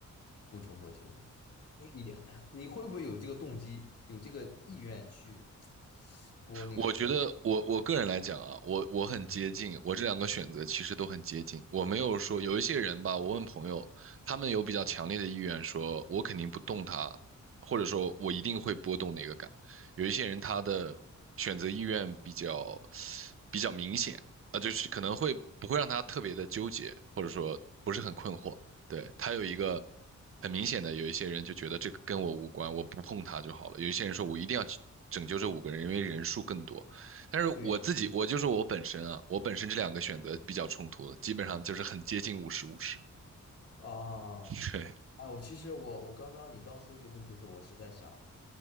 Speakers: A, on the left; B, on the right.
A: 不冲过去呢？你哎你会不会有这个动机，有这个意愿去拨那个开关？
B: 我觉得我我个人来讲啊，我我很接近，
A: 嗯，
B: 我这两个选择其实都很接近。我没有说有一些人吧，我问朋友，他们有比较强烈的意愿说，我肯定不动他，或者说我一定会波动哪个感。有一些人他的选择意愿比较比较明显啊，就是可能会不会让他特别的纠结，或者说不是很困惑。对，他有一个很明显的，有一些人就觉得这个跟我无关，我不碰他就好了。有一些人说我一定要去拯救这五个人，因为人数更多。但是我自己，
A: 对对
B: 我就是我本身啊，我本身这两个选择比较冲突的，基本上就是很接近五十五十。
A: 啊，
B: <laughs> 对，
A: 啊，我其实我我刚刚你刚说这个问题的时候，我是在想